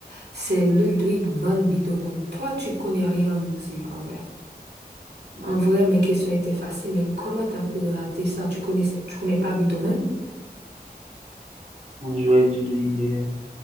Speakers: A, on the right; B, on the right.
A: C'est Ludwig van Beethoven. Toi, tu connais rien en musique, en vrai.
B: Euh,
A: En vrai, mes questions étaient faciles, mais comment t'as pu rater ça? Tu connaissais, tu connais pas Beethoven?
B: Bon, j'aurais dû deviner. hein.